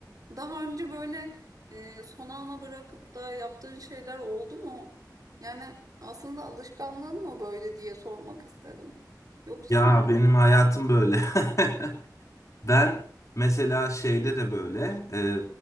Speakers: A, on the right (about 60°); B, on the left (about 45°).
A: Daha önce böyle e, son ana bırakıp da yaptığın şeyler oldu mu? Yani aslında alışkanlığın mı böyle diye sormak istedim. Yoksa
B: ya
A: hani
B: benim
A: bu...
B: hayatım böyle. <laughs> Ben mesela şeyde de böyle, e,